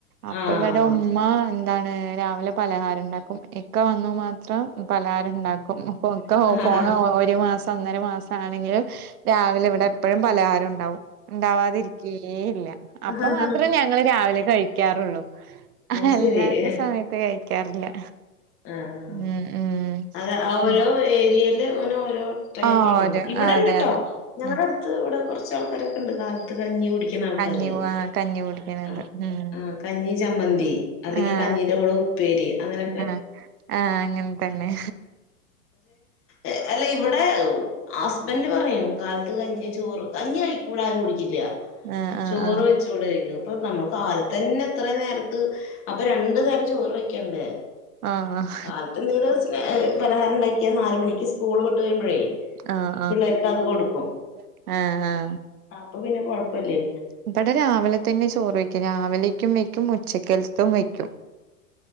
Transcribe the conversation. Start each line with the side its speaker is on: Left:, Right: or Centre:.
Right: അപ്പൊ
Left: ആഹ്
Right: ഇവിടെ ഉമ്മ ന്താണ് രാവിലെ പലഹാരണ്ടാക്കും ഇക്ക വന്നു മാത്രം പലഹാരം ണ്ടാക് കോം പൊക്ക ഒ
Left: ആഹ് ആഹ്
Right: പോണ ഒരു മാസ ഒന്നര മാസാണെങ്കിലും രാവിലെ ഇവിടെ എപ്പോഴും പലഹാരം ഉണ്ടാവും. ഉണ്ടാവാതിരിക്കേയേയില്ല
Left: ആഹ്
Right: അപ്പ
Left: ആഹ്
Right: മാത്രേ ഞങ്ങള് രാവിലെ കഴിക്കാറുള്ളൂ.
Left: അത്
Right: അല്ലാത്ത
Left: ശരി
Right: സമയത്ത് കഴിക്കാറില്ല.
Left: ആഹ്
Right: ഉം ഉം
Left: അത് ഓരോ
Right: ഉം
Left: ഏരിയയില് ങ്ങനെ ഓരോ ടൈപ്പാണ്
Right: ആഹ് ഒരു
Left: ഇവിടെണ്ട്ട്ടോ.
Right: ആ അതെ അതെ
Left: ഞങ്ങടെ
Right: ഉം
Left: അടുത്ത് ഇവിടെ കെറച്ച് ആൾക്കാരൊക്കെണ്ട് കാലത്ത് കഞികു ടിക്ണ ആൾക്കാര്
Right: കഞ്ഞി ആ കഞ്ഞി കുടിക്കണത്
Left: അഹ്
Right: ഉം
Left: ആഹ് കഞ്ഞി ചമ്മന്തി. അല്ലെങ്കി
Right: ആഹ്
Left: കഞ്ഞീന്റെ കൂടെ ഉപ്പേരി അങ്ങനെ
Right: ആഹ് ആഹ് അങ്ങൻതന്നെ.
Left: എഹ് അല്ല ഇവിടെ! ഹസ്ബൻഡറ് പറയും കാലത്ത് കഞ്ഞി ചോറ് കഞ്ഞി കഴി ഇവെടാരും കുടിക്കില്ല.
Right: ആഹ് ആഹ്
Left: ചോറ്
Right: ആഹ്
Left: വെച്ചുകൂടെയിക്കും അപ്പൊ നമ്മ കാലത്തന്നെ ഇത്രേ നേരത്ത് അപ്പൊ രണ്ടു നേരം ചോറ് വയ്ക്കണ്ടേ?
Right: അഹ് ആഹ്
Left: കാലത്ത് ന്തേലൊര് സ്‌നേ പലഹാര ണ്ടാക്കിയാൽ നാല്മണിക്ക് സ് കൂള് വിട്ടുവരുമ്പോഴേ
Right: ആഹ്
Left: പിള്ളേർക്ക് അത് കൊടുക്കും.
Right: ആഹ് ആഹ്
Left: അപ്പൊ പിന്നെ കൊഴപ്പല്ലേ.
Right: ഇവിടെ രാവിലെ തന്നെ ചോറ് വയ്ക്കും രാവിലേക്കും വയ്ക്കും ഉച്ചക്കൽത്തും വയ്ക്കും.